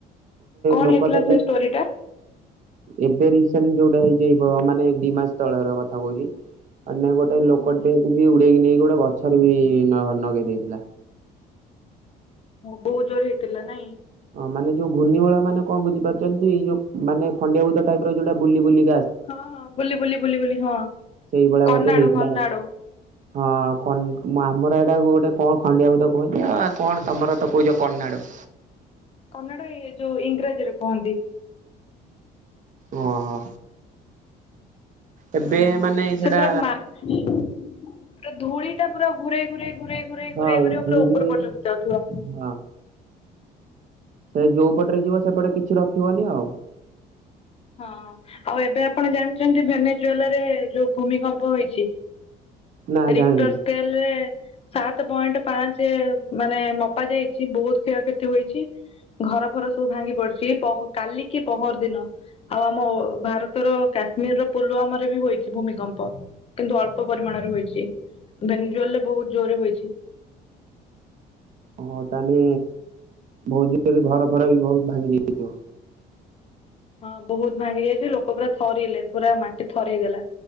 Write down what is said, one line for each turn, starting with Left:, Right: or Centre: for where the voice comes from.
Left: କଣ
Right: ଲୋକ
Left: ହେଇଥିଲା
Right: ତ
Left: ସେ ଷ୍ଟୋରି ଟା?
Right: ଏବେ ରିସେଣ୍ଟ ଯୋଉଟା ହେଇଚ଼ି ଏ ବ ମାନେ ଏ ଦି ମାସ ତଳର କଥା କହୁଛି। ଆନେ ଗୋଟେ ଲୋକ
Left: ଓହୋ।
Right: ଲୋକଟେକୁ ବି ଉଡେଇକି ନେଇକି ଗୋଟେ ଗଛରେ ବି ନ-ନଗେଇ ଦେଇଥିଲା।
Left: ବହୁତ ଜୋର ହେଇଥିଲା ନାଇଁ।
Right: ଅଁ ମାନେ ଯୋଉ ଘୂର୍ଣ୍ଣିବଳୟ ମାନେ କଁ ବୁଝିପାରୁଚ଼ନ୍ତି ଏଇ ଯଉ ମାନେ ଖଣ୍ଡିଆ ଭୂତ ଟାଇପ୍ ର ଏ ଯୋଉଟା ବୁଲି ବୁଲି
Left: ହଁ ହଁ ବୁଲି ବୁଲି ବୁଲି ବୁଲି ହଁ
Right: ସେଇଭଳିଆ
Left: କନାଡ଼ୋ
Right: ଗୋଟେ ହେଇଥିଲା।
Left: କନାଡ଼ୋ।
Right: ହଁ ଖନ୍ ଆମର ଏଇଟାକୁ ଗୋଟେ କଁ ଖଣ୍ଡିଆ ଭୂତ କୁହନ୍ତି ଆ କଣ ତମର ତ କହୁଚ କନ୍ନାଡ।
Left: କନାଡ ଇ ଏ ଯୋଉ ଇଂରାଜୀରେ କହନ୍ତି।
Right: ଓହୋ। ଏବେ
Left: ଅଁ
Right: ମାନେ ସେଟା
Left: ସେ ପୁରା ମା ପୁରା ଧୂଳି ଟା ପୁରା ଘୁରେଇ ଘୁରେଇ ଘୁରେଇ ଘୁରେଇ ଘୁରେଇ
Right: ହଁ
Left: ଘୁରେଇ
Right: ଘୁରି
Left: ପୁରା ଉପର ପର୍ଯ୍ୟନ୍ତ ଯାଉଥିବ।
Right: ହଁ। ସେ ଯୋଉ ପଟରେ ଯିବ ସେପଟେ କିଛି ରଖିବନି ଆଉ।
Left: ହଁ ଆଉ ଏବେ ଆପଣ ଜାଣିଚନ୍ତି ଭେନେଜ୍ବଲା ରେ ଯୋଉ ଭୂମିକମ୍ପ ହେଇଛି।
Right: ନା
Left: ରିକଟର
Right: ଜାଣିନି
Left: ସ୍କେଲରେ ସାତେ ପଏଣ୍ଟ ପାଞ୍ଚେ ମାନେ ମପା ଯାଇଛି ଠି ବହୁତ୍ କ୍ଷୟକ୍ଷତି ହୋଇଛି। ଘର ଫର ସବୁ ଭାଙ୍ଗି ପଡିଛି ପହ କାଲି କି ପହର ଦିନ। ଆଉ ଆମ ଓ ଭାରତର କାଶ୍ମୀର ର ପୁଲୱାମାରେ ବି ହୋଇଚି ଭୂମିକମ୍ପ କିନ୍ତୁ ଅଳ୍ପ ପରିମାଣରେ। ହୋଇଚ଼ି ଭେନ୍ଜୋଲ୍ ରେ ବହୁତ ଜୋରେ ହୋଇଛି।
Right: ହଁ ତାନେ ବହୁତ ଜୋରେ ଘର ଫର ବି ବହୁତ ଭାଙ୍ଗି ଯାଇଥିବ।
Left: ହଁ ବହୁତ ଭାଙ୍ଗି ଯାଇଛି ଲୋକ ପୁରା ଥରିଲେ ପୁରା ମାଟି ଥରେଇ ଦେଲା